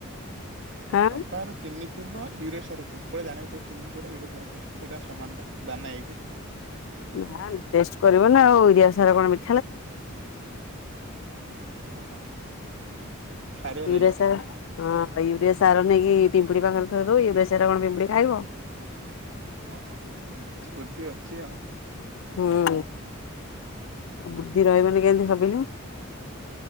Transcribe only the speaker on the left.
ହାଁ
ନା ଟେଷ୍ଟ କରିବ ନା ଆଉ ୟୁରିଆ ସାରା କଣ ମି
ୟୁରିଆ ସାର୍ ହଁ ୟୁରିଆ ସାର ନେଇକି ପିମ୍ପୁଡ଼ି ପାଖରେ ଥୋଇଦେବ ୟୁରିଆ ସାର କଣ ପିମ୍ପୁଡ଼ି ଖାଇବ?
ହୁଁ ଆଉ ବୁଦ୍ଧି ରହିବନି କେମତି ଭାବିଲୁ?